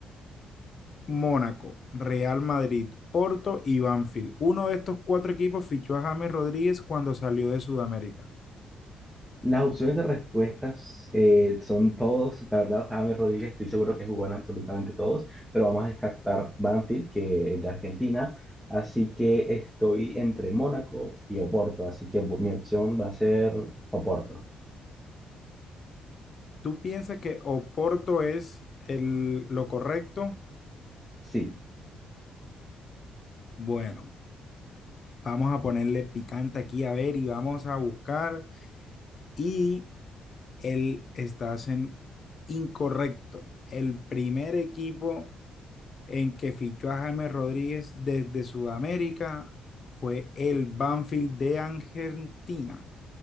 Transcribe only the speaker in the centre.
Las opciones de respuestas eh, son todos, la verdad, James Rodríguez, estoy seguro que jugó en absolutamente todos, pero vamos a descartar Banfield, que es de Argentina. Así que estoy entre Mónaco y Oporto, así que bu- mi opción va a ser Oporto.
Sí.